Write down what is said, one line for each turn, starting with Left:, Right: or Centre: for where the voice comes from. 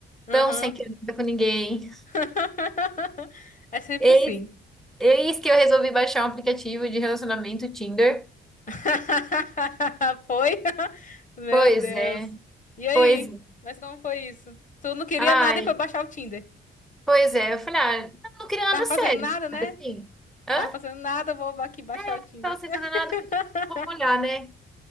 Left: aham.
Centre: tão sem querer nada com ninguém.
Left: <laughs> É sempre
Centre: Eis,
Left: assim.
Centre: eis que eu resolvi baixar um aplicativo de relacionamento Tinder.
Left: <laughs> Foi? Meu
Centre: Pois
Left: Deus.
Centre: é,
Left: E aí?
Centre: pois é.
Left: Mas como foi isso? Tu não queria
Centre: Ai,
Left: nada e foi baixar o Tinder.
Centre: pois é. Eu falei, ah, eu não queria nada
Left: Tava fazendo
Centre: sério,
Left: nada, né?
Centre: sabe assim? Hã?
Left: Tava fazendo nada, vou aqui baixar
Centre: Eu
Left: o Tinder.
Centre: tava sem
Left: <laughs>
Centre: fazer nada, eu falei, vamos olhar, né?